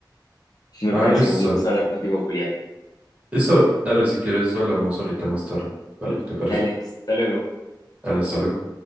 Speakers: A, on the left; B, on the right.
A: Me
B: Ah,
A: pareció
B: listo.
A: un gusto hablar contigo, Julián.
B: Listo, dale, si quieres hablamos ahorita más tarde, ¿vale? ¿Te parece?
A: Dale, hasta luego.
B: Dale, hasta luego.